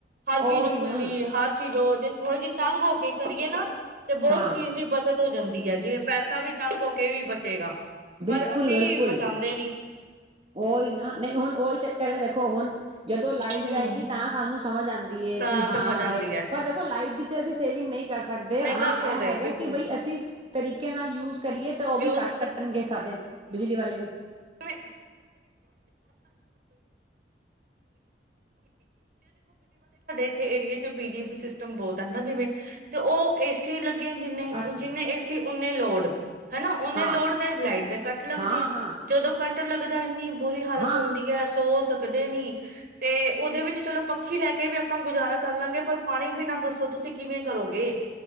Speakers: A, on the right; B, on the right.
A: ਹਰ ਚੀਜ਼
B: ਉਹੀ
A: ਖੁੱਲੀ
B: ਨਾ
A: ਹਰ ਚੀਜ਼ ਰੋਜ਼ ਜੇ ਥੋੜੀ ਜਿਹੀ ਤੰਗ ਹੋਕੇ ਕਰੀਏ ਨਾ ਤੇ ਬਹੁਤ
B: ਹਾਂ
A: ਚੀਜ਼ ਦੀ ਬੱਚਤ ਹੋ ਜਾਂਦੀ <unintelligible> ਜਿਵੇ ਪੈਸਾ ਵੀ ਤੰਗ ਹੋ ਕੇ ਵੀ ਬਚੇਗਾ
B: ਬਿਲਕੁੱਲ
A: ਪਰ ਅਸੀਂ
B: ਬਿਲਕੁੱਲ
A: ਬਚਾਉਂਦੇ ਨੀ
B: ਉਹੀ ਨਾ ਨਹੀਂ ਹੁਣ ਉਹੀ ਚੱਕਰ ਹੈ ਦੇਖੋ ਹੁਣ ਜਦੋਂ ਲਾਈਟ
A: ਹਮ
B: ਜਾਏਗੀ ਤਾਂ ਸਾਨੂੰ ਸਮਝ ਆਉਂਦੀ ਹੈ
A: ਤਾਂ
B: ਕਿ ਹਾਂ
A: ਸਮਝ ਆਉਂਦੀ
B: ਹੈ ਪਰ ਦੇਖੋ ਲਾਈਟ ਦੀ ਤੇ ਅਸੀਂ ਸੇਵਿੰਗ ਨਹੀਂ ਕਰ ਸਕਦੇ
A: ਨਹੀਂ ਕਰ
B: ਹਾਂ
A: ਸਕਦੇ
B: ਇਹ ਹੈਗਾ
A: ਬਿਲਕੁਲ
B: ਕਿ ਬਈ ਅਸੀਂ ਤਰੀਕੇ ਨਾਲ ਯੂਜ ਕਰੀਏ ਤਾਂ ਉਹ ਵੀ
A: ਯੂਜ
B: ਕੱਟ ਕੱਟ ਕੱਟਣਗੇ ਸਾਡੇ ਬਿਜਲੀ ਵਾਲੇ ਵੀ
A: <inaudible> ਇਥੇ ਏਰੀਏ ਚ ਬੀਜੀ ਸਿਸਟਮ ਬਹੁਤ ਹੈ ਹਨ ਜਿਵੇਂ ਤੇ ਉਹ ਏਸੀ ਲ ਜਿੰਨੇ
B: ਅੱਛਾ
A: ਜਿੰਨੇ ਇਸ ਉਨੇ ਲੋੜ ਹਨਾ ਉਹਨਾ
B: ਹਾਂ,
A: ਦੀ ਲੋੜ ਤੇ ਲਾਈਟ ਦੇ ਕੱਟ ਲੱਗਦੀ
B: ਹਾਂ,
A: ਹੈ।
B: ਹਾਂ,
A: ਘੱਟ ਲੱਗਦਾ ਇਨੀ। ਬੁਰੀ ਹਾਲਤ
B: ਹਾਂ
A: ਹੁੰਦੀ ਹੈ, ਸੋ ਸਕਦੇ ਨੀ ਤੇ ਉਹਦੇ ਵਿੱਚ ਚਲੋ ਪੱਖੀ ਲੈ ਕੇ ਵੀ ਆਪਾਂ ਗੁਜ਼ਾਰਾ ਕਰ ਲਾਂਗੇ ਪਰ ਪਾਣੀ ਬਿਨਾ ਦੱਸੋ ਤੁਸੀਂ ਕਿਵੇਂ ਕਰੋਗੇ